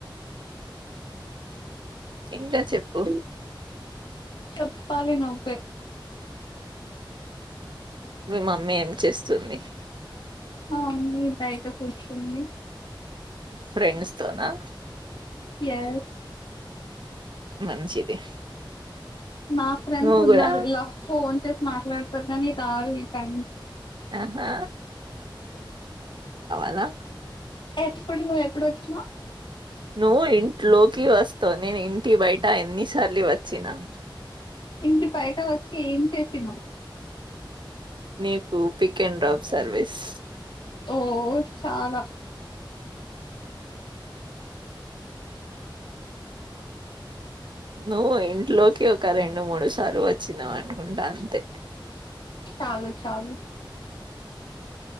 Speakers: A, on the right; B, on the left.
A: ఇంకా చెప్పు
B: చెప్పాలి నువ్వే
A: మీ మమ్మీ ఏం చేస్తుంది
B: మ మమ్మి బయట కూర్చుంది
A: ఫ్రెండ్స్ తోనా
B: ఎస్
A: మంచిది
B: నా ఫ్రెండ్స్
A: నువ్వు
B: ఉన్నారు
A: కూడా
B: ఇలా ఫోన్ చేసి మాట్లాడతారు కానీ టారు ఈ టైం
A: ఆహా అలా
B: ఎప్పుడు నువ్వు ఎప్పుడు వచ్చినవ్
A: నువ్వు ఇంట్లో కి వస్తావ్ నేను ఇంటి బయట ఎన్ని సా ర్లీ వచ్చిన
B: ఇంటి బయట వ చ్చి ఏం చేసినవ్
A: నీకు పిక్ అండ్ డ్రాప్ సర్వీస్
B: ఓ చానా
A: నువ్వు ఇంట్లోకి ఒక రెండు మూడు సార్ వచ్చినావు అనుకుంటా అంతే
B: చాలు చాలు